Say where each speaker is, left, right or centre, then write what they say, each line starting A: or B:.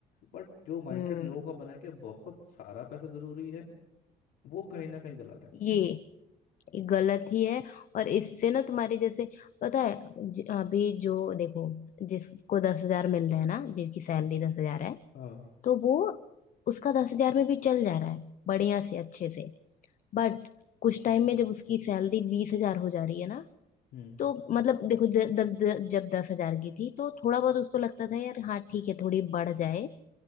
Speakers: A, on the left; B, on the left.
A: बट जो माइंडसेट
B: हम्म
A: लोगों का बना है कि बहुत सारा पैसा जरूरी है वो कहीं ना कहीं गलत है
B: ये गलत ही है और इससे ना तुम्हारे जैसे पता है ज- अभी जो देखो जिसको दस हजार मिल रहे हैं ना जिसकी सैलरी दस हजार है
A: हाँ
B: तो वो उसका दस हजार में भी चल जा रहा है बढ़िया से अच्छे से बट कुछ टाइम में जब उसकी सैलरी बीस हजार हो जा रही है ना
A: हम्म
B: तो मतलब देखो ज- जब जब दस हजार की थी तो थोड़ा बहुत उसको लगता था यार हाँ ठीक है थोड़ी बढ़ जाए